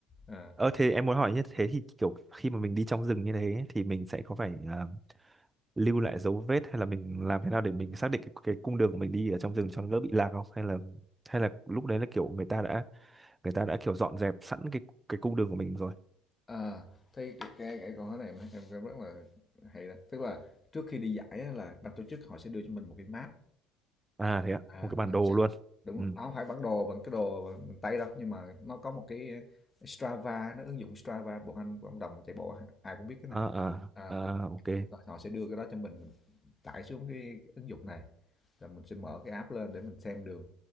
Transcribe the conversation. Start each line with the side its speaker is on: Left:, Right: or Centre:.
Left: à,
Right: Ờ thế em muốn hỏi như thế thì kiểu khi mà mình đi trong rừng như thế thì mình sẽ có phải à, lưu lại dấu vết hay là mình làm thế nào để mình xác định cái, cái cung đường của mình đi ở trong rừng cho nó đỡ bị lạc không? Hay là hay là lúc đấy là kiểu người ta đã người ta đã kiểu dọn dẹp sẵn cái cái cung đường của mình rồi.
Left: à, thấy cái, cái, cái con cái này em, em em rất là hay đó tức là trước khi đi giải á, là ban tổ chức họ sẽ đưa cho mình một cái map
Right: À thế ạ,
Left: À,
Right: một cái bản
Left: mình
Right: đồ
Left: sẽ
Right: luôn.
Left: đúng
Right: Ừ.
Left: rồi. nó không phải bản đồ bằng cái đồ bằng, bằng tay đâu nhưng mà nó có một cái Strava nó ứng dụng Strava bọn anh cộng đồng chạy bộ ai cũng biết cái
Right: À
Left: này
Right: à
Left: à,
Right: à
Left: mình,
Right: ok.
Left: mình- họ sẽ đưa cái đó cho mình mình tải xuống cái ứng dụng này rồi mình sẽ mở cái app lên để mình xem đường